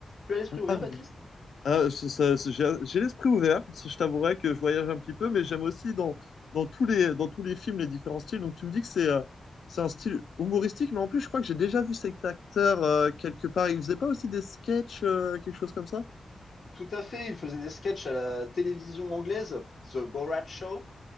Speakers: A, on the left; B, on the left.
A: Tu as l'esprit ouvert,
B: Ah, mais
A: Baptiste?
B: Ah, ça- ça- ça- j'ai j'ai l'esprit ouvert. Ça, Je t'avouerai que je voyage un petit peu, mais j'aime aussi dans, dans tous les, dans tous les films les différents styles. Donc tu me dis que c'est euh, c'est un style humoristique, mais en plus je crois que j'ai déjà vu cet acteur euh, quelque part. Il faisait pas aussi des sketchs, euh, quelque chose comme ça?
A: Tout à fait, il faisait des sketchs à la télévision anglaise, The Borat Show,